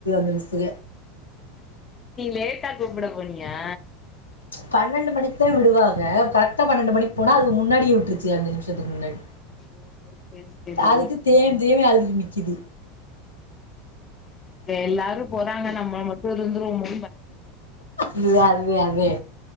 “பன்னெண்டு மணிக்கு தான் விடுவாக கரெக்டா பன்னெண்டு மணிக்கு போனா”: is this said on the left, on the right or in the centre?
Left